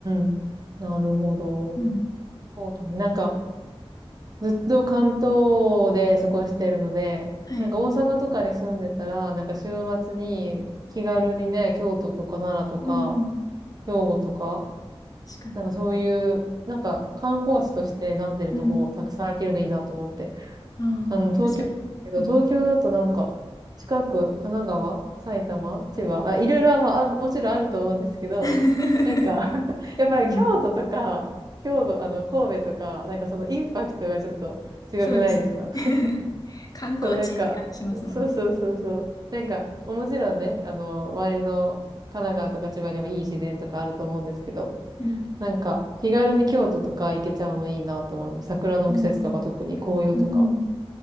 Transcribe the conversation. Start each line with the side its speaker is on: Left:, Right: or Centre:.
Right: ん。なるほど。
Left: うん。
Right: そうだね。なんか、ずっと関東で過ごしてるので、
Left: はい。
Right: なんか大阪とかに住んでたら、なんか週末に気軽にね、京都とか奈良とか、
Left: うん。
Right: 兵庫とか、
Left: 確かに。
Right: なんかそういう、なんか観光地としてなってるとこたくさん行けるのいいなと思って。
Left: うん。ああ、
Right: あの、東京だけど、
Left: 確かに。うん。
Right: 東京だとなんか、近く、神奈川、埼玉、千葉、あ、いろいろは、まあ、あもちろんあると思うんですけど、
Left: <laughs>
Right: <laughs> なんか <laughs> やっぱり京都とか、
Left: うん。<laughs>
Right: 兵庫、あの、神戸とか、なんかそのインパクトがちょっと違くないですか
Left: そうですよね。<laughs> 観光地って感じしますもんね。
Right: そう、なんか、そうそうそうそう。なんか、もちろんね、あの、周りの神奈川とか千葉にもいい自然とかあると思うんですけど、
Left: うん。
Right: なんか、気軽に京都とか行けちゃうのいいなって思う。桜の季節とか特に紅葉とか。
Left: うん。うん